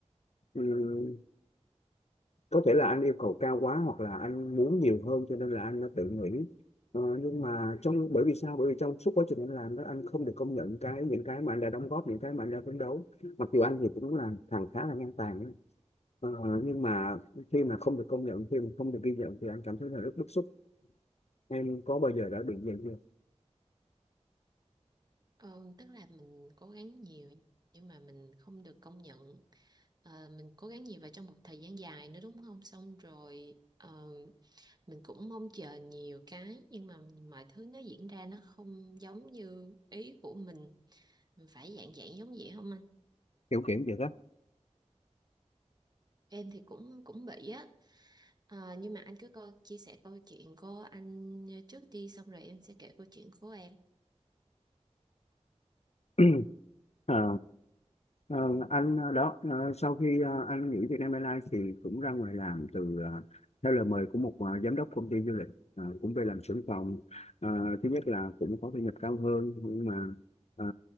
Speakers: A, on the left; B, on the right.
A: ừ, có thể là anh yêu cầu cao quá hoặc là anh muốn nhiều hơn cho nên là anh đã tự nghĩ ờ, nhưng mà trong bởi vì sao bởi vì trong suốt quá trình anh làm đó anh không được công nhận cái những cái mà anh đã đóng góp những cái mà anh đã phấn đấu mặc dù anh thì cũng là thằng khá là ngang tàn ấy. Ờ, nhưng mà khi mà không được công nhận khi mà không được ghi nhận thì anh cảm thấy là rất bức xúc em có bao giờ đã bị vậy chưa
B: Ờ, tức là mình cố gắng nhiều nhưng mà mình không được công nhận. Ờ, mình cố gắng nhiều và trong một thời gian dài nữa đúng không? Xong rồi ờ, mình cũng mong chờ nhiều cái nhưng mà mọi thứ nó diễn ra nó không giống như ý của mình. Mình phải dạng dạng giống vậy không anh?
A: kiểu kiểu vậy đó
B: Em thì cũng cũng bị á Ờ, nhưng mà anh cứ coi, chia sẻ câu chuyện của anh trước đi xong rồi em sẽ kể câu chuyện của em
A: <clears throat> Ờ, ờ, anh ờ, đó ờ, sau khi ờ, anh nghỉ Vietnam Airlines thì cũng ra ngoài làm từ ờ, theo lời mời của một ờ, giám đốc công ty du lịch Ờ, cũng về làm trưởng phòng Ờ, thứ nhất là cũng có thu nhập cao hơn nhưng mà ờ,